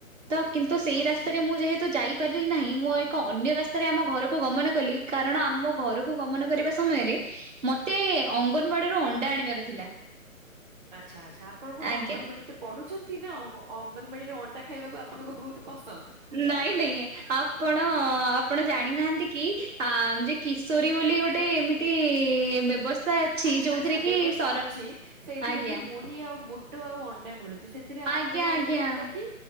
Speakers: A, on the right (about 60°); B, on the right (about 30°).
A: ତ କିନ୍ତୁ ସେଇ
B: ଆଚ୍ଛା।
A: ରାସ୍ତାରେ ମୁଁ ଯେହେତୁ ଯାଇପାରିଲି ନାହିଁ। ମୁଁ ଏକ ଅନ୍ୟ ରାସ୍ତାରେ ଆମ ଘରକୁ ଗମନ କଲି। କାରଣ ଆମ ଘରକୁ ଗମନ କରିବା ସମୟରେ ମତେ ଅଙ୍ଗନବାଡିରୁ ଅଣ୍ଡା ଆଣିବାର ଥିଲା।
B: ଆଚ୍ଛା, ଆଚ୍ଛା। ଆପଣ କଣ
A: ଆଜ୍ଞା।
B: ଅଙ୍ଗନବାଡିରେ ପଢୁଛନ୍ତି? ନା ଅଙ୍ଗ ଅଙ୍ଗନବାଡିରେ ଅଣ୍ଡା ଖାଇବାକୁ ଆପଣଙ୍କୁ ବହୁତ ପସନ୍ଦ।
A: ନାଇଁ ନାଇଁ, ଆପଣ ଆପଣ ଜାଣିନାହାନ୍ତି କି ଯେ କିଶୋରୀ ବୋଲି ଗୋଟେ ଏମିତି ବ୍ୟବ ସ୍ତା ଅଛି।
B: ଆଚ୍ଛା
A: ଯୋଉଥିରେ
B: ଆଚ୍ଛା ବ୍ୟବସ୍ଥା
A: କି ସର
B: ଅଛି ସେଇଥିରେ
A: ଆଜ୍ଞା।
B: କି ମୁଢି ଆଉ ବୁଟ ଆଉ ଅଣ୍ଡା ମିଳୁଛି। ସେଥିରେ ଆପଣ
A: ଆଜ୍ଞା ଆଜ୍ଞା
B: ଉପରୋକ୍ତା କି?